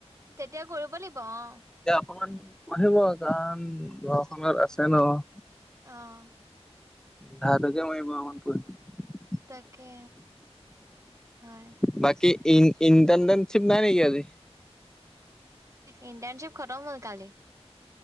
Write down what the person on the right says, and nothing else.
তেতিয়া কৰিব লাগিব অ'।
অহ।
তাকে হয়।
ইণ্টাৰ্ণশ্বিপ খতম হ'ল কালি।